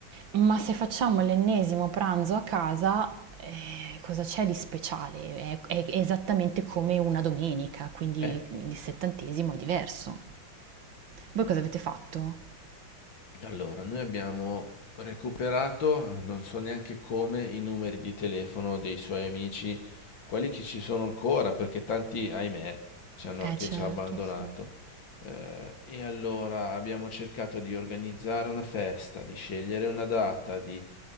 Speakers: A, on the right (about 70°); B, on the left (about 70°).
A: ma se facciamo l'ennesimo pranzo a casa, eh, cosa c'è di speciale? È, è esattamente come una domenica, quindi
B: Eh,
A: il settantesimo è diverso. Voi cosa avete fatto?
B: Allora, noi abbiamo recuperato, non so neanche come, i numeri di telefono dei suoi amici, quelli che ci sono ancora, perché tanti, ahimè, ci hanno
A: Eh,
B: anche
A: certo,
B: già abbandonato.
A: sì.
B: Eh, e allora abbiamo cercato di organizzare una festa, di scegliere una data, di